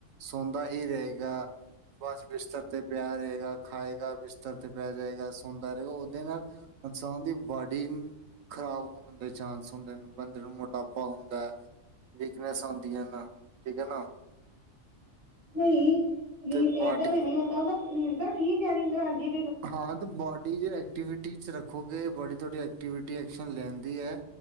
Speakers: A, on the right; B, on the right.
A: ਸੌਂਦਾ ਹੀ ਰਯੇਗਾ ਬਸ ਬਿਸਤਰ ਤੇ ਪਿਆ ਰਹੇਗਾ। ਖਾਏਗਾ ਬਿਸਤਰ ਤੇ ਪੈ ਜੇਗਾ, ਸੁੰਦਾ ਰਹੇਗਾ, ਔਹਦੇ ਨਾਲ ਇਨਸਾਨ ਦੀ ਬੋਡੀ ਖ਼ਰਾਬ ਹੋਣ ਦੇ ਚਾਂਸ ਹੁੰਦੇ ਨੇ ਬੰਦੇ ਨੂੰ ਮੋਟਾਪਾ ਹੁੰਦਾ ਹੈ। ਵੀਕਨੈਸ ਆਉਂਦੀਆਂ ਨਾ ਠੀਕ ਹੈ ਨਾ,
B: ਨਹੀਂ ਨੀਂਦ
A: ਤੇ ਬਾਡੀ
B: ਲੱਗਾ ਵੀ ਨੀ ਹੁੰਦਾ, ਨੀਂਦ ਠੀਕ ਹੈ ਨੀਂਦਰ ਆਉਂਦੀਆਂ।
A: ਹਾਂ ਬੋਡੀ ਜੋ ਐਕਟੀਵਿਟੀ, ਟੀ 'ਚ ਰੱਖੋਗੇ ਬੋੜੀ ਤੁਹਾਡੀ ਐਕਟੀਵਿਟੀ ਐਕਸ਼ਨ ਲੈਂਦੀ ਹੈ।